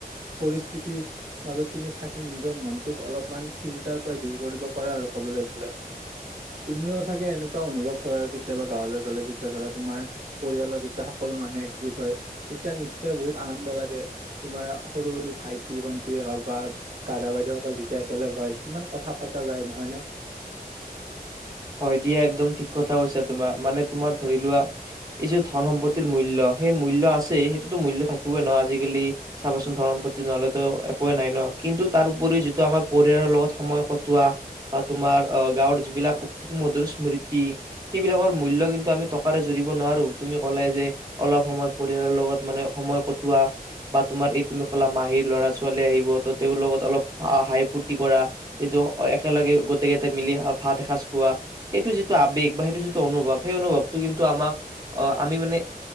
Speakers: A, on the right (about 50°); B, on the right (about 25°).
A: পৰিস্থিতি মাজত তুমি থাকি নিজৰ মনটোক অলপমান চিন্তাৰ পৰা দূৰ কৰিব পাৰা আৰু কবলৈ গলে তুমিও চাগে এনেকুৱা অনুভৱ কৰা আৰু কেতিয়াবা গাঁৱলৈ গলে যেতিয়া ধৰা তোমাৰ পৰিয়ালৰ যেতিয়া সকলো মানুহ একগোট হয় তেতিয়া নিশ্চয় বহুত আনন্দ লাগে তোমাৰ সৰু সৰু ভাই টি ভণ্টিয়ে হওক বা দাদা বাইদেউসকল যেতিয়া একেলগ হয় কিমান কথা পতা যায় নহয় নে
B: হয় দিয়া একদম ঠিক কথা কৈছা তোমাৰ মানে তোমাৰ ধৰি লোৱা এই যি ধন সম্পত্তিৰ মূল্য সেই মূল্য আছে সেইটোতো মূল্য থাকিবই ন আজিকালি চাবাচোন ধন সম্পত্তি নহলেতো একোৱেই নাই ন কিন্তু তাৰ উপৰি যিটো আমাৰ পৰিয়ালৰ লগত সময় কটোৱা বা তোমাৰ অ গাঁৱৰ যিবিলাক মধুৰ স্মৃতি সেইবিলাকৰ মূল্য কিন্তু আমি টকাৰে জুৰিব নোৱাৰো তুমি ক'লে যে অলপ সময় পৰিয়ালৰ লগত মানে সময় কটোৱা বা তোমাৰ এই তুমি কলা মাহীৰ ল'ৰা ছোৱালী আহিব ত তেওঁৰ লগত অলপ হাই ফূৰ্তি কৰা এইটো একেলগে গোটেইকেইটটা মিলি ভাত এসাঁজ কোৱা সেইটো যিটো আবেগ বা সেইটো যিটো অনুভৱ সেই অনুভৱটো কিন্তু আমাক অ আমি মানে